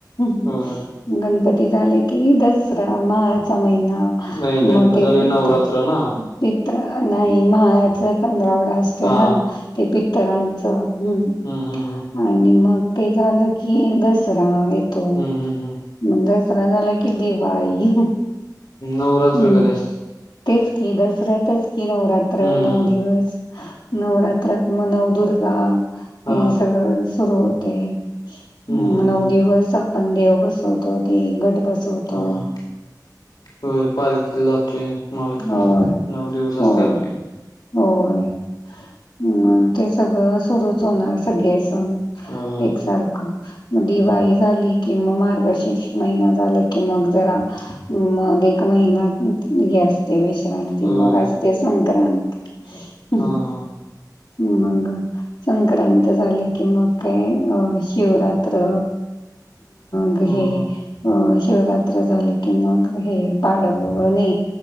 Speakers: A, on the left; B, on the left.
A: गणपती
B: होय
A: झाले कि, दसरा माहाचा महिना
B: नाही गणपती
A: मग ते
B: झाले
A: पित्त
B: नवरात्र ना
A: पित्र नाही मायाचा पंधरावडा असतोय
B: हा
A: ना ते पित्रांचं ह.
B: हम् हम हम.
A: आणि मग ते झालं कि दसरा येतो.
B: हम्म हम्म
A: म्हण दसरा झाला कि दिवाळी.
B: नवरात्र
A: हम्म
B: कधी असत्या.
A: तेच की दसऱ्यातच की नवरात्र
B: हम्म
A: नऊ दिवस नवरात्रात म नवदुर्गा
B: हा
A: हे सगळं सुरु होत. तेन
B: हम्म हम्म
A: नऊ
B: हम्म
A: दिवस आपण देव बसवतो ते घट बस सवतो.
B: हा हा होय पालखीला जातोय महालक्ष्मीला
A: होय
B: नऊ दिवस
A: होय
B: असते आपली
A: होय म ते सगळं सुरूच होणार सगळे सण.
B: होय
A: एकसारखं. दिवाळी झाली कि, मग मार्गशीर्ष महिना झाला की मग जरा मग एक महिना्यात ही असते विश्रांती
B: होय
A: मग असते संक्रांत ह
B: हा हा
A: हंग संक्रांत झाली की मग काय अ शिवरात्र मग हे
B: हा हा
A: अ शिवरात्र झाली कि मग हे पाडवणे